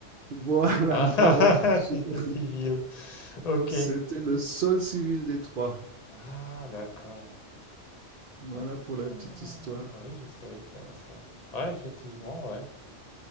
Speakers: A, on the right (about 55°); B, on the left (about 35°).
A: Voilà,
B: Ah,
A: <laughs> bravo.
B: <laughs> ah, ah,
A: Super.
B: c'était civil. Ok.
A: C'était le seul civil des trois.
B: Ah, d'accord.
A: Voilà
B: Ah,
A: pour la petite histoire.
B: oui, je savais pas ça. Ouais, effectivement, ouais.